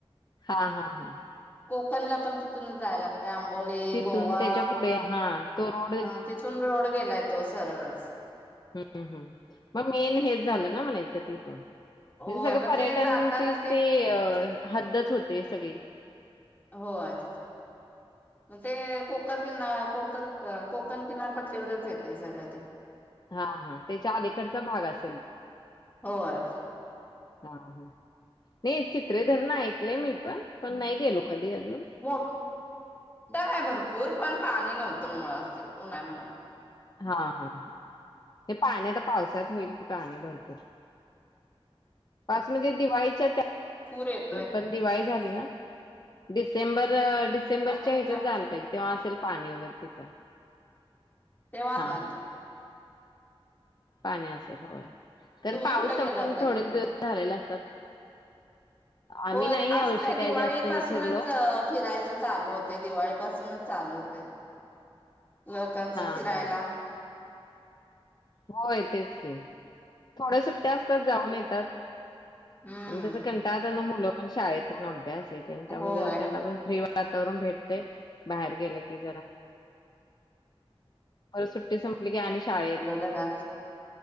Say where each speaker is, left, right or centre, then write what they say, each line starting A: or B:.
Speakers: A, on the left (about 45°); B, on the left (about 20°).
A: हा हा हा..
B: कोकणला पण तिथून जाय लागत आंबोली,
A: तिथून
B: गोवा
A: त्याच्या पुढे हा. तोड
B: अ तिथून रोड गेलाय तो सरळ.
A: हम्म, हम्म मग मेन हेच झालं ना म्हणायचं तिथून म्हणजे
B: होय
A: सगळे
B: मग
A: पर्यटनचीच
B: ते जाताना
A: ते अ हद्दच होते सगळे
B: होय.
A: <inaudible>
B: मग कोकण किनारपट्टीवरच येते सगळ्या ते,
A: हा हा त्याचा आली कडचा भाग असेल.
B: होय..
A: हा ह नाही चित्रे धरण ऐकले, मी पण पण नाही गेलो. कधी अजून.
B: मोठ आहे भरपूर पण पाणी नव्हतं. मु असे उन्हा्यामु
A: हा. हा हे पाणी आता पावसात होईल. कि पाणी भरपूर. पा म्हणजे दिवाळीच्या
B: पूर येतोय.
A: पण दिवाळी झाली, ना डिसेंबर. डिसेंबर
B: त्या
A: च्या चैत्रात जायला पाहिजे तेव असेल पाणी वगरे तिथं
B: ते. वाचणार
A: हां, हां.
B: ते.
A: पाणी असेल होय. कारण
B: तुम्ही
A: पाऊस
B: कुठे
A: संपून
B: गेला होता
A: थोडेच
B: की नाही?
A: दिवस झालेले असतात. आम्ही
B: होय
A: नाही यावर्षी
B: असतय
A: काय
B: दिवाळी
A: जास्त हे
B: पासूनच,
A: फिरलो.
B: फिरायचं. चालूत ते दिवाळी पासूनच आल होते लोकांच
A: हां,
B: फिरायला.
A: हां, हो य तेच की थोड्या सुट्ट्या असतात. जाऊन येतात.
B: हम्म
A: आणि तस कंटाळतात ना शाळेतून मुलं ते म्हणजे
B: होय
A: त्यांना पण फ्री वाटतं. वातावरण भेटते. बाहेर गेलं की जरा परत सुट्टी संपली के आणि शाळेत.
B: गदा....